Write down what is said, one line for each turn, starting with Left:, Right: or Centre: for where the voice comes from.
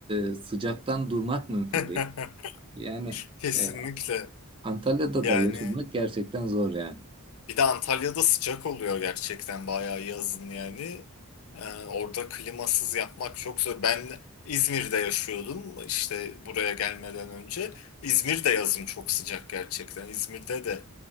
Right: e, sıcaktan durmak mümkün
Left: <laughs>
Right: değil. Yani
Left: Kesinlikle.
Right: e, Antalya'da
Left: Yani
Right: da yaşamak gerçekten zor yani.
Left: bir de Antalya'da sıcak oluyor gerçekten bayağı yazın yani. Ee, orada klimasız yapmak çok zor. Ben İzmir'de yaşıyordum işte buraya gelmeden önce. İzmir'de yazın çok sıcak gerçekten. İzmir'de de